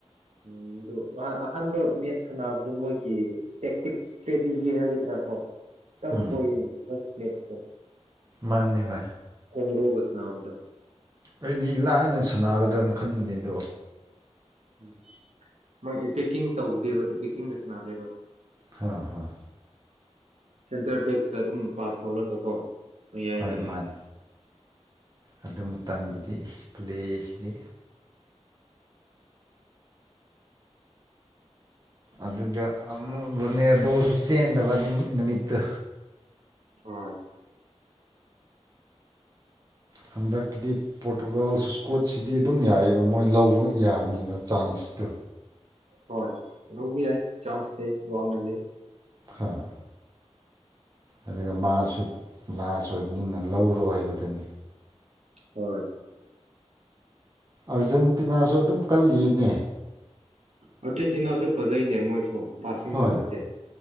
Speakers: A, on the right; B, on the right.
A: ꯎꯝ ꯑꯗꯨ ꯋꯥꯟ ꯑꯥ ꯍꯟꯗꯛ ꯃꯦꯠꯁ ꯁꯥꯅꯕꯗꯨ ꯃꯣꯏ ꯒꯤ ꯇꯦꯛꯇꯤꯛꯁ ꯏꯁꯇ꯭ꯔꯦꯇꯦꯖꯤ ꯍꯥꯏꯒꯗ꯭ꯔꯥ ꯀꯣ ꯈꯤꯇꯪ
B: ꯎꯝ
A: ꯁꯣꯏꯌꯦꯅꯦ ꯅꯁ ꯅꯦꯛꯁꯇ
B: ꯃꯥꯅꯦ ꯍꯣꯏ
A: ꯀꯣꯡꯒꯣꯒ ꯁꯥꯅꯕꯗꯣ
B: ꯑꯩꯗꯤ ꯂꯥꯏꯅ ꯁꯅꯥꯒꯗ꯭ꯔꯅ ꯈꯟꯕꯅꯦ ꯑꯗꯣ
A: ꯎꯝ ꯃꯣꯏ ꯑꯦꯇꯦꯛꯀꯤꯡ ꯇꯧꯗꯦꯕ ꯑꯦꯇꯦꯛꯀꯤꯡꯗ ꯁꯥꯅꯗꯦꯕ
B: ꯍꯥ ꯍꯣꯏ
A: ꯁꯦꯟꯇꯔ ꯕꯦꯛꯇ ꯑꯗꯨꯝ ꯄꯥꯁ ꯇꯧꯔꯒꯀꯣ ꯃꯌꯥꯏꯗ
B: ꯍꯣꯏ ꯃꯥꯅꯤ ꯑꯗꯨ ꯃꯇꯝꯒꯤꯗꯤ ꯏꯁ ꯄ꯭ꯂꯦꯁꯤꯗꯤ ꯑꯗꯨꯒ ꯑꯃꯨꯛ ꯔꯨꯅꯦꯜꯗꯣꯁꯨ ꯆꯦꯟꯗꯕ ꯑꯗꯨ ꯅꯨꯃꯤꯠꯇꯨ
A: ꯍꯣꯏ
B: ꯍꯟꯗꯛꯀꯤꯗꯤ ꯄꯣꯔꯇꯨꯒꯥꯜ ꯁꯨꯁꯀꯣꯠꯁꯤꯗꯤ ꯑꯗꯨꯝ ꯌꯥꯏꯑꯦꯕ ꯃꯣꯏ ꯂꯧꯕ ꯌꯥꯅꯤꯕ ꯆꯥꯟꯁꯇꯨ
A: ꯍꯣꯏ ꯂꯧꯕ ꯌꯥꯏ ꯆꯥꯟꯁ ꯂꯩ ꯋꯥꯡꯅ ꯂꯩ
B: ꯍꯥꯥ ꯑꯗꯨꯒ ꯃꯥꯁꯨ ꯂꯥꯁ ꯑꯣꯏꯕꯅꯤꯅ ꯂꯧꯔꯣ ꯍꯥꯏꯕꯗꯨꯅꯤ
A: ꯍꯣꯏ
B: ꯑꯔꯖꯦꯟꯇꯤꯅꯥꯁꯨ ꯑꯗꯨꯝ ꯀꯜꯂꯤꯌꯦꯅꯦ
A: ꯑꯔꯖꯦꯟꯇꯤꯅꯥꯁꯨ ꯐꯖꯩꯅꯦ ꯃꯣꯏꯁꯨ ꯄꯥꯁꯤꯡꯒꯨꯝꯗꯤ
B: ꯍꯣꯏ